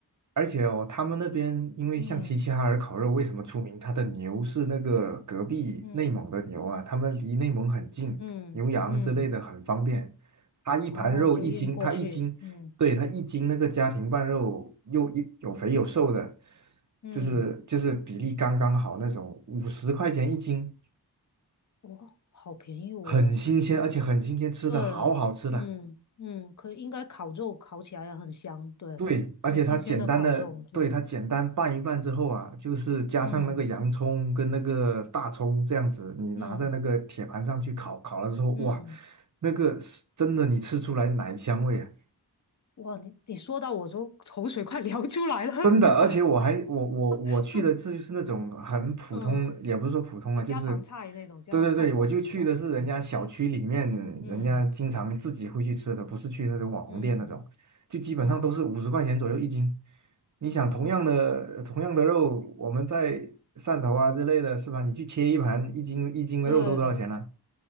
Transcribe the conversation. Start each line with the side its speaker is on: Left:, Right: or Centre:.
Right: 而且哦，他们那边因为像齐齐哈尔烤肉为什么出名？
Left: 嗯
Right: 他的牛是那个隔壁内蒙的牛啊，
Left: 嗯
Right: 他们离内蒙很近，
Left: 嗯嗯，
Right: 牛羊之类的很方便。他一盘肉一斤，
Left: 哦，就运过去，
Right: 他一斤，
Left: 嗯
Right: 对，他一斤那个家庭拌肉又又有肥有瘦的，
Left: 嗯，
Right: 就是就是比例刚刚好那种，五十块钱一斤。
Left: 哇，好便宜哦。
Right: 很新鲜，而且很新鲜，吃的好好吃的。
Left: 对，嗯嗯，可应该烤肉烤起来也很香，对，
Right: 对，而且它简单的，
Left: 有新鲜的烤肉，对，
Right: 对，它简单拌一拌之后啊，就是加上那个洋葱跟那个大葱这样子，
Left: 嗯
Right: 你拿在那个铁盘上去烤，
Left: 嗯
Right: 烤了之后，
Left: 嗯，
Right: 哇，那个是真的，你吃出来奶香味啊。
Left: 哇，你你说到我都口水快流出来了，
Right: 真的，
Left: <laughs> 觉得，
Right: 而且我还我我我去的这就是那种很普通，
Left: <laughs> 嗯，
Right: 也不是说普通啊，
Left: 有家常菜那种家常菜馆是吧？
Right: 就是对对对，我就去的是人家小区里面，
Left: 嗯嗯
Right: 人家经常自己会去吃的，不是去那种网红店那种，
Left: 嗯
Right: 就基本上都是五十块钱左右一斤。
Left: 嗯，
Right: 你想同样的同样的肉，
Left: 哇，
Right: 我们在汕头啊之类的，是吧？你去切一盘一斤一斤的肉都多少钱了？
Left: 对，